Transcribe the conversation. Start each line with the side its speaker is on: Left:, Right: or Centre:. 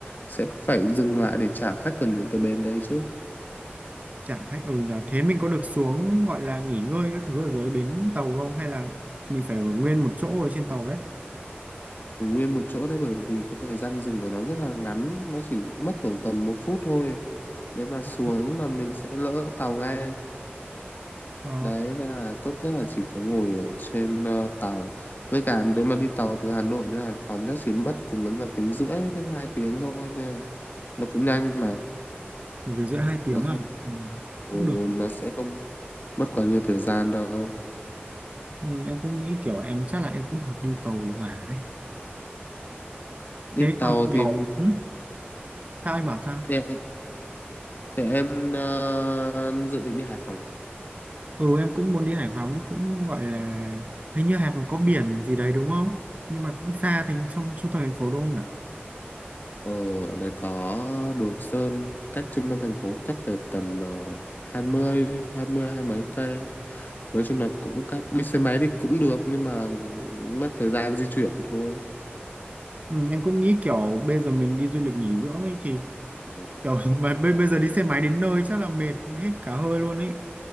Left: sẽ phải dừng lại để trả khách ở những cái bến đấy chứ
Right: chả khách ừ nhờ thế mình có được xuống gọi là nghỉ ngơi các thứ ở dưới bến tàu không hay là mình phải ở nguyên một chỗ ở trên tàu đấy
Left: Ở nguyên một chỗ đấy bởi vì cái thời gian dừng của nó rất là ngắn nó chỉ mất khoảng tầm một phút thôi nếu mà xuống
Right: Ừ.
Left: là mình sẽ lỡ tàu ngay
Right: Ờ,
Left: đấy nên là tốt nhất là chỉ có ngồi ở trên ờ, tàu với cả nếu mà đi tàu từ Hà Nội đến Hải Phòng chắc chỉ mất cùng lắm là tiếng rưỡi đến hai tiếng thôi nên là nó cũng nhanh mà
Right: một tiếng rưỡi hai tiếng
Left: nó không
Right: à ừ,
Left: ừ,
Right: cũng được nhỉ.
Left: nó sẽ không mất quá nhiều thời gian đâu
Right: ừ, em cũng nghĩ kiểu em chắc là em cũng hợp đi tàu hỏa đấy
Left: đi
Right: thế
Left: tàu
Right: còn kiểu
Left: thì
Right: ừ, sao anh bảo sao
Left: thế, thế em ờ, dự định đi Hải Phòng à?
Right: ừ em cũng muốn đi Hải Phòng ấy cũng gọi là hình như Hải Phòng có biển gì đấy đúng không nhưng mà cũng xa thành trong trung tâm thành phố đúng không nhỉ
Left: Ờ, ở đấy có Đồ Sơn cách trung tâm thành phố chắc tới tầm uh, hai mươi hai mươi hai mấy cây nói chung là cũng các đi xe máy thì cũng được nhưng mà mất thời gian di chuyển thôi
Right: ừ, em cũng nghĩ kiểu bây giờ mình đi du lịch nghỉ dưỡng ấy thì
Left: ừ.
Right: kiểu <laughs> mà bây bây giờ đi xe máy đến nơi chắc là mệt hết cả hơi luôn ấy